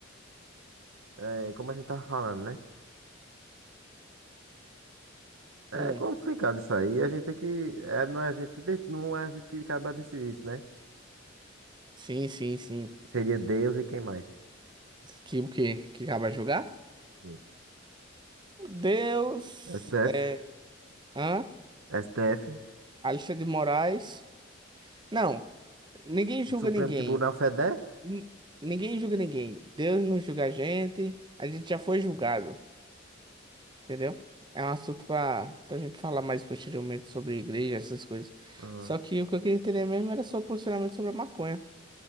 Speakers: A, on the right (about 80°); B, on the right (about 25°).
A: É, como a gente tava falando, né? É
B: Hum.
A: complicado isso aí. A gente tem que. É, não é a gente que, de- não é a gente que acaba decidir isso, né?
B: Sim, sim, sim.
A: Seria Deus e quem mais?
B: Que o quê? Que acaba jogar?
A: Sim.
B: Deus...
A: STF?
B: É... Hã?
A: STF?
B: Alexandre de Moraes... Não. Ninguém julga
A: O Supremo
B: ninguém.
A: Tribunal Federal?
B: Ni- Ninguém julga ninguém. Deus não julga a gente. A gente já foi julgado. Entendeu? É um assunto pra, pra gente falar mais posteriormente sobre igreja, essas coisas.
A: Ah,
B: Só que o que eu queria entender mesmo era seu posicionamento sobre a maconha.